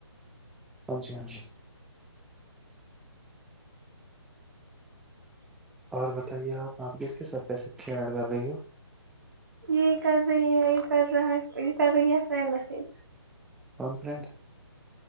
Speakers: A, in the centre; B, on the right (about 45°).
A: ہاں جی ہاں جی اور بتائیے آپ آپ کس کس حات کے سچے ایڈ کر رہی ہو
B: یہ کر رہے یہ یہ کر رہ یہ کر رہا یہ فرینڈ میسیج
A: اورن فنٹ